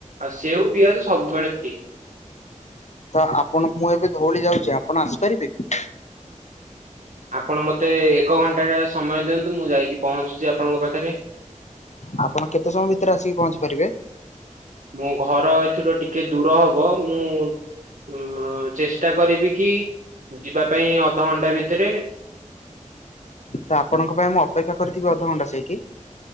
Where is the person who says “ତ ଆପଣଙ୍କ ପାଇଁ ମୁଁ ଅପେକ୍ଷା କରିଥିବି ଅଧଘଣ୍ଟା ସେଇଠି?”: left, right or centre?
Left